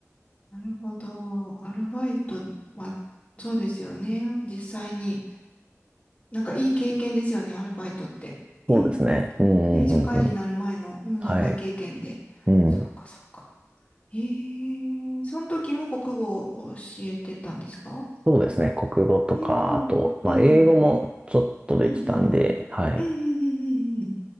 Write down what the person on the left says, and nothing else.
なるほど。アルバイトは、そうですよね。実際に。なんかいい経験ですよね、アルバイトって。
<clears throat> うん
ね、社会人になる前の、うん、
社会経験で。
そっか、そっか。ええその時も国語を教えてたんですか
うん、
うん、うん、
うん、うん、
うん、うん、うん、うんうんうん